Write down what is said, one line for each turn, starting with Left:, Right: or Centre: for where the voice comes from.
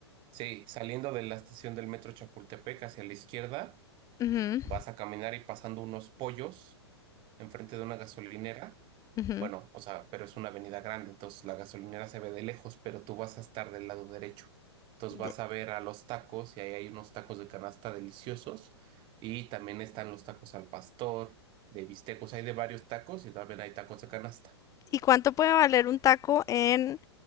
Right: Sí, saliendo de la estación del metro Chapultepec hacia la izquierda.
Left: Ujú,
Right: vas a caminar y pasando unos pollos enfrente de una gasolinera.
Left: ujú.
Right: Bueno, o sea, pero es una avenida grande, entonces la gasolinera se ve de lejos, pero tú vas a estar del lado derecho. Entonces
Left: De-
Right: vas a ver a los tacos y ahí hay unos tacos de canasta deliciosos y también están los tacos al pastor, de bistecos, hay de varios tacos y también hay tacos de canasta.
Left: ¿Y cuánto puede valer un taco en